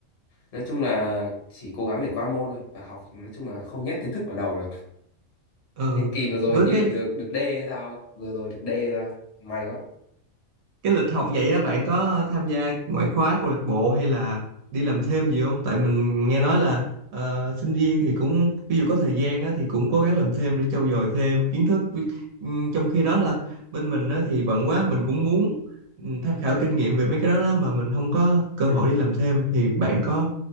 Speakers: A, on the left (about 50°); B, on the right (about 75°).
A: nói chung là chỉ cố gắng để qua môn thôi và học nói chung là không nhét kiến thức vào đầu được
B: ừ
A: nên kỳ vừa rồi
B: với
A: như
B: cái
A: được được D hay sao ấy vừa rồi được D ra may quá
B: cái lịch học vậy á bạn có tham gia ngoại khóa câu lạc bộ hay là đi làm thêm gì không tại mình nghe nói là ờ, sinh viên thì cũng ví dụ có thời gian á, thì cũng cố gắng làm thêm để trau dồi thêm kiến thức Ví- ừm, trong khi đó là bên mình á, thì bận quá mình cũng muốn ừm, tham khảo kinh nghiệm về mấy cái đó, đó mà mình không có cơ
A: Ừ.
B: hội đi làm thêm thì bạn có